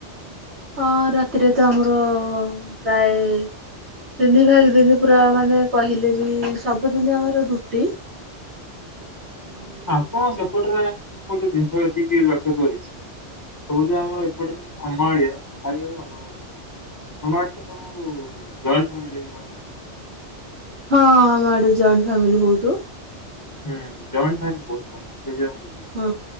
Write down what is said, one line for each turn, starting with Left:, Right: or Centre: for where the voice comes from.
Right: ହଁ ରାତିରେ ତ ଆମର ପ୍ରାୟ ତିନି ଭାଗେ ଦିନି ପୁରା ମାନେ କହିଲେ ବି ସବୁଦିନ ଆମର ରୁଟି। ଆଉ
Left: ଆପଣ ସେପଟରେ ମୁଁ ଗୋଟେ ଜିନିଷ ଏତିକି ଲକ୍ଷ୍ୟ କରିଛି। କହୁଚି ପା ଆମର ଏପଟରେ ଆମ ଆଳିଆ ଭାଇ ଭାଇ ଅଲଗା ରହୁ ତମ ଆଡେ ସବୁ ଜଏଣ୍ଟ ପ୍ୟାମିଲି ରୁହନ୍ତି ନା?
Right: ହଁ ଆମ ଆଡେ ଜଏଣ୍ଟ ଫ୍ୟାମିଲି ବହୁତ।
Left: ହୁଁ ଜଏଣ୍ଟ ପ୍ୟାମିଲି ବହୁତ ରହନ୍ତି ସେ ଜା ମୁଁ
Right: ହଁ